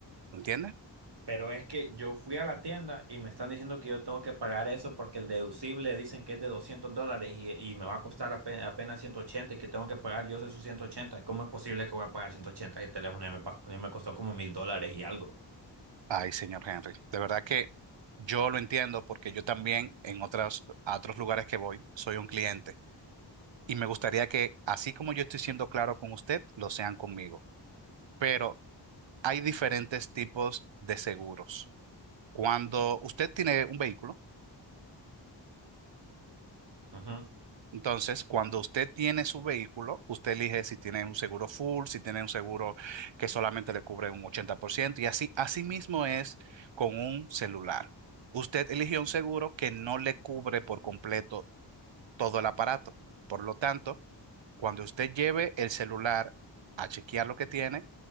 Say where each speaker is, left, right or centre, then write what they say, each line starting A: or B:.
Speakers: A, on the right; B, on the right.
A: ¿Entiende?
B: Pero es que yo fui a la tienda y me están diciendo que yo tengo que pagar eso porque el deducible dicen que es de 200 dólares y, y me va a costar ape- apenas, 180 y que tengo que pagar yo esos 180. ¿Cómo es posible que voy a pagar 180 y el teléfono ya me, pa- ya me costó como mil dólares y algo?
A: Ay, señor Henry, de verdad que yo lo entiendo porque yo también en otras, a otros lugares que voy soy un cliente y me gustaría que así como yo estoy siendo claro con usted, lo sean conmigo. Pero hay diferentes tipos de seguros. Cuando usted tiene un vehículo,
B: Ujú.
A: Entonces, cuando usted tiene su vehículo, usted elige si tiene un seguro full, si tiene un seguro que solamente le cubre un 80% y así, así mismo es con un celular. Usted eligió un seguro que no le cubre por completo todo el aparato. Por lo tanto, cuando usted lleve el celular a chequear lo que tiene,